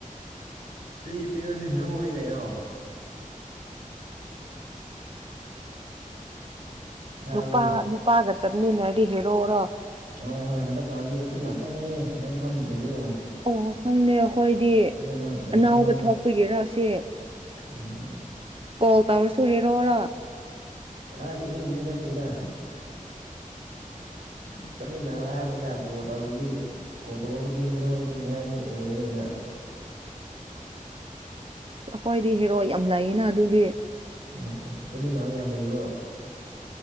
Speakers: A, on the right; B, on the right.
A: ꯐꯤ ꯄꯤ ꯁꯨꯔꯤ ꯀꯣ ꯇꯥꯕ꯭ꯔꯣ
B: ꯅꯨꯄꯥ ꯅꯨ ꯅꯨꯄꯥꯒ ꯆꯠꯃꯤꯟ ꯑꯗꯤ ꯍꯦ ꯔꯣꯔꯣ
A: ꯍꯣꯏ ꯍꯣꯏ ꯍꯟꯗꯛꯀꯥꯟꯗꯤ ꯑꯁꯤ ꯉꯥꯛꯇꯅꯤꯌꯦ ꯅꯪ ꯈꯪꯗꯦꯔꯤꯕꯣ
B: ꯑꯣ ꯈꯪꯗꯦ ꯑꯩꯈꯣꯏꯗꯤ
A: ꯅꯪ ꯌꯥꯝ
B: ꯑꯅꯥꯎꯕ
A: ꯄꯪꯉꯦꯗ
B: ꯊꯛꯄꯒꯤꯔꯥꯁꯦ
A: ꯎꯝ
B: ꯀꯣꯜ ꯇꯧꯔꯁꯨ ꯍꯦꯔꯣꯔꯥ
A: ꯑ ꯑꯗꯨ ꯃꯗꯤꯅ ꯇꯗ ꯆꯠꯃꯤꯟꯅꯕ ꯍꯥꯏꯕꯅꯤꯗ ꯀꯣ ꯇꯧꯕꯗꯤ ꯀꯣ ꯇꯧꯕ ꯈꯨꯗꯤꯡ ꯍꯤꯔꯣ ꯍꯤꯔꯣꯏꯅꯤ ꯍꯥꯏꯔꯗꯤ ꯑꯣꯏꯔꯣꯏꯗ
B: ꯑꯩꯈꯣꯏꯗꯤ ꯍꯦꯔꯣ ꯌꯥꯝ ꯂꯩꯌꯦꯅ ꯑꯗꯨꯗꯤ
A: ꯑꯣ ꯑꯣ ꯆꯠꯃꯤꯟꯅꯕ ꯌꯥꯝ ꯂꯩꯕ꯭ꯔꯣ